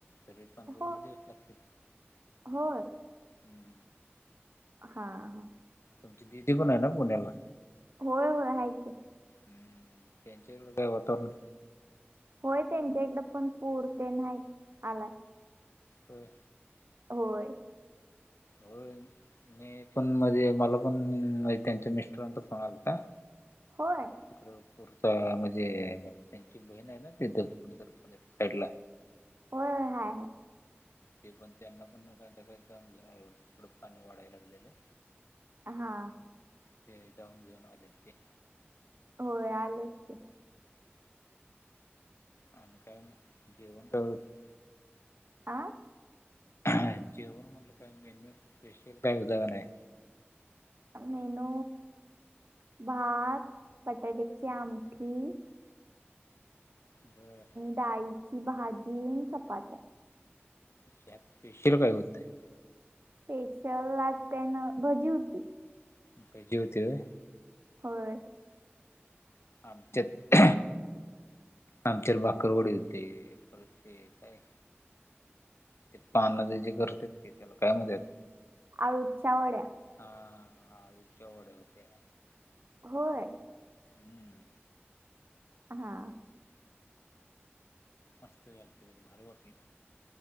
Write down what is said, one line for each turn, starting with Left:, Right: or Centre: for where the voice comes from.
Left: तरी पंधरा
Right: हो
Left: वीस दिवस लागतील.
Right: होय.
Left: हम्म.
Right: हा ह.
Left: आमची दिदी पण आहे ना पुण्याला.
Right: होय होय हाय कि.
Left: हम्म त्यांच्या इथं वातावरण
Right: होय त्यांच्या इकडे पण पुर ते नाही आला.
Left: होय.
Right: होय.
Left: होय मी पण मध्ये, मला पण त्यांच्या मिस्टरांचा फोन आलता.
Right: होय.
Left: तिकड पुरत, म्हणजे त्यांची बहीण आहे ना तिथ कुठ. पडला.
Right: होय हाय हाय.
Left: ते पण त्यांना पण जाऊ थड पाणी वाढायला गेलेलं.
Right: हा.
Left: ते जाऊन घेऊन आलेत ते.
Right: होय आलेत ते.
Left: आणि काय जेवण <unintelligible>
Right: आं?
Left: जेवण म्हणलं काही मेन्यू स्पेशल काही उदाण <unintelligible> आहे.
Right: मेनू भात, बटाट्याची आमटी.
Left: बर.
Right: चाईची भाजी आणि चपात्या.
Left: <unintelligible> श पींशे रुपये होत आहे.
Right: स्पेशल आज का नाय, भजी होती.
Left: भजी होते होय?
Right: होय.
Left: आमच्यात, आमच्यात भाकररवडी होती. ते काय? ते पानाच जे करत्यात त्याला काय म्हणत्यात?
Right: आळुच्या वड्या.
Left: हा आलूच्या वड्या होत्या.
Right: होय.
Left: हम्म.
Right: हा.
Left: मस्त झाल <unintelligible> भारी वाटे.